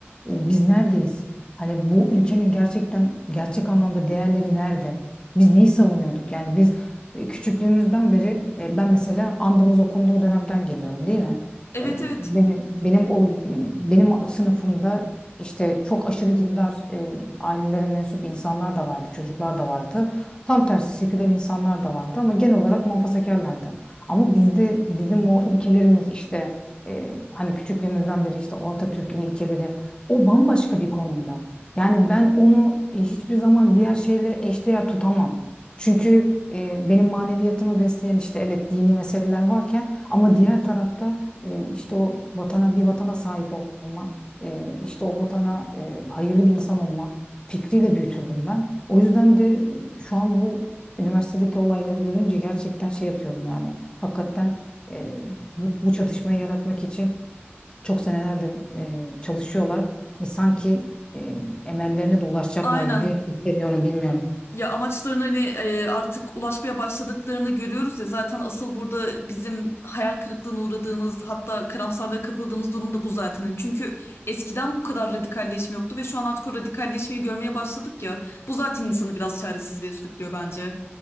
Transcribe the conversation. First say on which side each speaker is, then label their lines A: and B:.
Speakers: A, on the left; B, on the left.
A: e, biz neredeyiz? Hani bu ülkenin gerçekten gerçek anlamda değerleri nerede? Biz neyi savunuyorduk? Yani biz e, küçüklüğümüzden beri e, ben mesela andımız okunduğu dönemden geliyorum değil mi?
B: Evet
A: E,
B: evet.
A: benim benim o benim sınıfımda işte çok aşırı dindar e, ailelere mensup insanlar da vardı, çocuklar da vardı. Tam tersi seküler insanlar da vardı ama genel olarak muhafazakarlardı. Ama bizde bizim o ilkelerimiz işte e, hani küçüklüğümüzden beri işte o Atatürk'ün ilkeleri o bambaşka bir konumda. Yani ben onu e, hiçbir zaman diğer şeyle eşdeğer tutamam. Çünkü e, benim maneviyatımı besleyen işte evet dini meseleler varken ama diğer tarafta e, işte o vatana bir vatana sahip olma, e, işte o vatana e, hayırlı bir insan olma fikriyle büyütüldüm ben. O yüzden de e, şu an bu üniversitedeki olayları görünce gerçekten şey yapıyorum yani. Hakikaten e, bu, bu çatışmayı yaratmak için çok senelerdir e, çalışıyorlar ve sanki e, emellerine de ulaşacaklar
B: Aynen.
A: gibi hissediyorum, bilmiyorum.
B: Ya amaçlarına hani e, artık ulaşmaya başladıklarını görüyoruz ya zaten asıl burada bizim hayal kırıklığına uğradığımız hatta karamsarlığa kapıldığımız durum da bu zaten. Hani çünkü eskiden bu kadar radikalleşme yoktu ve şu an artık o radikalleşmeyi görmeye başladık ya. Bu zaten insanı biraz çaresizliğe sürüklüyor bence.